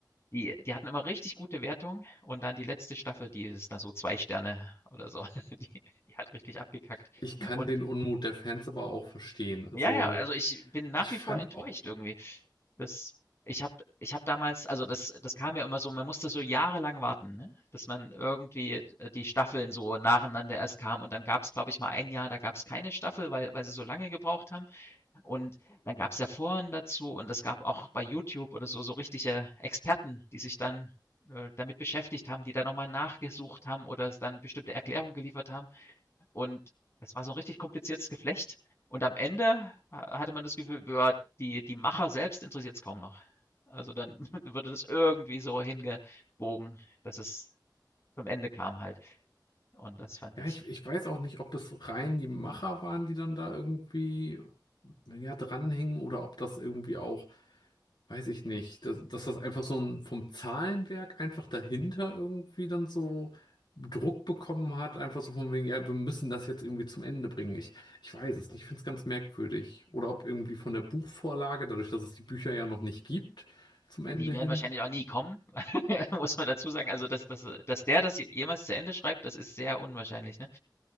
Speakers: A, on the left; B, on the left.
A: Die die hatten immer richtig gute Wertungen und dann die letzte Staffel, die ist da so 2 Sterne oder so. <laughs> Die die hat richtig abgekackt.
B: Ich kann
A: Und
B: den Unmut der Fans aber auch verstehen. Also,
A: ja, ja, also ich bin nach
B: ich
A: wie
B: fand
A: vor enttäuscht
B: auch,
A: irgendwie. Das ich habe ich habe damals also das das kam ja immer so, man musste so jahrelang warten, ne? Dass man irgendwie, äh, die Staffeln so nacheinander erst kam. und dann gab es, glaube ich, mal ein Jahr, da gab es keine Staffel, weil weil sie so lange gebraucht haben. Und dann gab's ja Foren dazu und es gab auch bei YouTube oder so so richtige Experten, die sich dann, äh, damit beschäftigt haben, die da nochmal nachgesucht haben oder es dann bestimmte Erklärungen geliefert haben. Und das war so ein richtig kompliziertes Geflecht. Und am Ende äh, hatte man das Gefühl, ja, die die Macher selbst interessiert es kaum noch. Also, dann <laughs> wurde das irgendwie so hingebogen, dass es zum Ende kam halt. Und das fand
B: ja,
A: ich
B: ich, ich weiß auch nicht, ob es rein die Macher waren, die dann da irgendwie, ja, dranhingen oder ob das irgendwie auch, weiß ich nicht, dass, dass das einfach so ein, vom Zahlenwerk einfach dahinter irgendwie dann so Druck bekommen hat, einfach so von wegen, ja, wir müssen das jetzt irgendwie zum Ende bringen. Ich, ich weiß es nicht, ich finde es ganz merkwürdig. Oder ob irgendwie von der Buchvorlage, dadurch, dass es die Bücher ja noch nicht gibt, zum
A: die
B: Ende
A: werden
B: hin.
A: wahrscheinlich auch nie kommen, <laughs> muss man dazu sagen. Also, dass dass dass der das jemals zu Ende schreibt, das ist sehr unwahrscheinlich, ne?